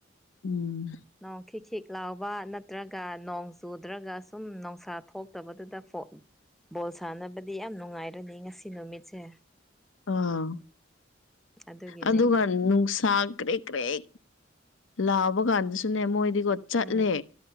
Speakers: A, on the left; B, in the centre.
A: ꯎꯝ
B: ꯅꯣꯡ ꯈꯤꯛ ꯈꯤꯛ ꯂꯥꯎꯕ ꯅꯠꯇ꯭ꯔꯒ ꯅꯣꯡ ꯆꯨꯗ꯭ꯔꯥꯒ ꯁꯨꯝ ꯅꯣꯡꯁꯥ ꯊꯣꯛꯇꯕꯗꯨꯗ ꯕꯣꯜ ꯁꯥꯟꯅꯕꯗꯤ ꯌꯥꯝ ꯅꯨꯡꯉꯥꯏꯔꯅꯤ ꯉꯁꯤ ꯅꯨꯃꯤꯠꯁꯦ
A: ꯑꯥ
B: ꯑꯗꯨꯒꯤꯅꯦ
A: ꯑꯗꯨꯒ ꯅꯨꯡꯁꯥ ꯀ꯭ꯔꯤꯛ ꯀ꯭ꯔꯤꯛ ꯂꯥꯛꯕ ꯀꯥꯟꯗꯁꯨꯅꯦ ꯃꯣꯏꯗꯤꯀꯣ ꯆꯠꯂꯦ
B: ꯎꯝ